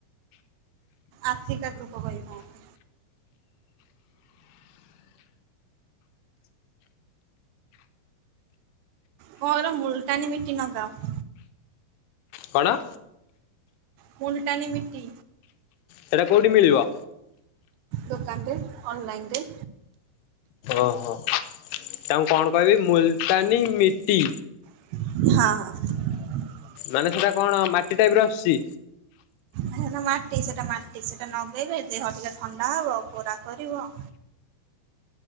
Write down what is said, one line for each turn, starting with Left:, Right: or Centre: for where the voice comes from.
Right: ଆସିକା ଦୁକ କହିବି କନ। ମୋର ମୁଲଟାନି ମିଟି ନଗାଅ।
Left: କଣ?
Right: ମୁଲଟାନୀ ମିଟି।
Left: ସେଇଟା କୋଉଠି ମିଳିବ।
Right: ଦୋକାନରେ ଅନଲାଇନ ରେ।
Left: ଓହୋ ତାଙ୍କୁ କଣ କହିବି ମୁଲତାନୀ ମିଟି?
Right: ହଁ ହଁ।
Left: ମାନେ ସେଟା କଣ ମାଟି ଟାଇପ ର ଆସୁଛି?
Right: ହେରା ମାଟି ସେଟା ମାଟି ସେଟା ନଗେଇଲେ ଦେହ ଟିକେ ଥଣ୍ଡା ହବ ଗୋରା କରିବ।